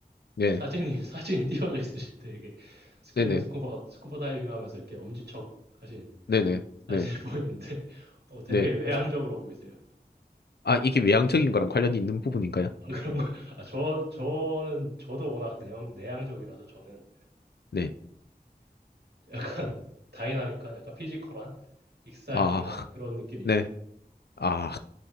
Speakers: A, on the left (about 80°); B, on the right (about 80°).
A: 네,
B: 사진이 <laughs> 사진이 띄워져 있으신데 이게 스킨
A: 네네,
B: 스쿠버 스쿠버 다이빙 하면서 이렇게 엄지척 하신
A: 네네,
B: 사진이
A: 네,
B: <laughs> 보이는데 어, 되게
A: 네.
B: 외향적으로 보이세요.
A: 아, 이게 외향적인 거랑 관련이 있는 부분인가요?
B: 아, 그런 거, 아, 저, 저는, 저도 워낙 내향, 내향적이라서 저는
A: 네.
B: 약간 <laughs> 다이나믹한, 약간 피지컬한, 익사이팅한
A: 아,
B: 그런 느낌이
A: <laughs>
B: 있어요.
A: 네. 아,